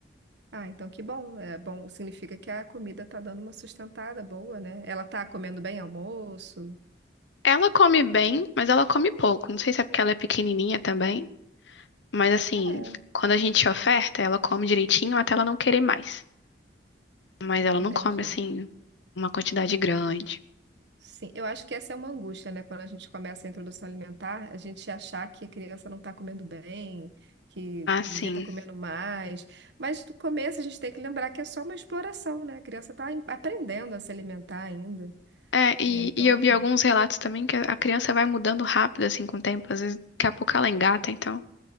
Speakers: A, on the right (about 65°); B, on the left (about 70°).
A: Ah, então que bom. É bom, significa que a comida tá dando uma sustentada boa, né? Ela tá comendo bem almoço.
B: Ela come bem, mas ela come pouco. Não sei se é porque ela é pequenininha também. Mas assim,
A: É.
B: quando a gente oferta, ela come direitinho até ela não querer mais. mas ela não
A: Entendi.
B: come assim uma quantidade grande.
A: Sim, eu acho que essa é uma angústia, né? Quando a gente começa a introdução alimentar, a gente achar que a criança não está comendo bem, que
B: Ah, sim.
A: devia estar comendo mais. Mas no começo a gente tem que lembrar que é só uma exploração, né? A criança está aprendendo a se alimentar ainda,
B: É, e,
A: né? Então,
B: e eu vi alguns relatos também que a criança vai mudando rápido assim com o tempo, às vezes daqui a pouco ela engata, então